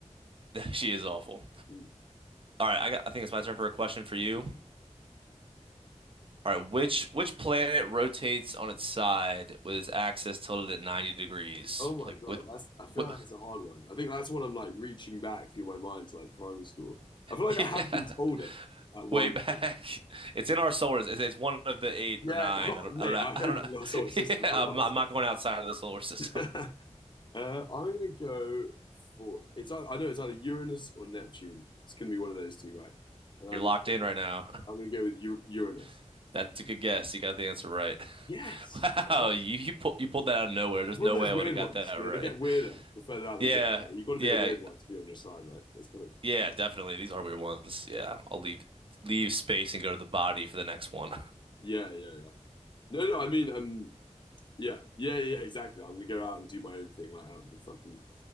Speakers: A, on the right; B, on the left.
A: <laughs> She is awful.
B: Hmm.
A: All right, I got, I think it's my turn for a question for you. All right, which which planet rotates on its side with its axis tilted at 90 degrees?
B: Oh my
A: Like
B: God,
A: with,
B: that's I feel
A: with
B: like that's a hard one. I think that's when I'm like reaching back through my mind to like primary school. I feel like
A: <laughs>
B: I have
A: yeah,
B: been told it at one
A: way back.
B: point.
A: It's in our solar system. It's it's one of the eight
B: Yeah,
A: or nine.
B: <laughs> oh,
A: I don't
B: mate,
A: I don't know.
B: I hope
A: I don't know.
B: it's in our solar system,
A: <laughs> Yeah,
B: otherwise.
A: I'm, I'm not going outside of the solar system.
B: <laughs> Uh, I'm gonna go for it's ei- I know it's either Uranus or Neptune. It's gonna be one of those two, right? And I'm
A: You're locked in right now.
B: I'm gonna go with U Uranus.
A: <laughs> That's a good guess. You got the answer right. <laughs>
B: Yes,
A: Wow,
B: come on.
A: you you pulled you pulled that out of nowhere. There's
B: One
A: no
B: of those
A: way I
B: weird
A: would have got
B: ones.
A: that
B: Yeah,
A: right.
B: they get weirder the further out they
A: Yeah,
B: go. Like you've got to
A: yeah,
B: be a weird one to be on your side, right? That's kind of
A: yeah, definitely. These are weird ones. Yeah, I'll leave leave space and go to the body for the next one.
B: yeah, yeah, yeah. No, no, I mean, um, Yeah, yeah, yeah, exactly. I'm gonna go out and do my own thing, like out in the fucking,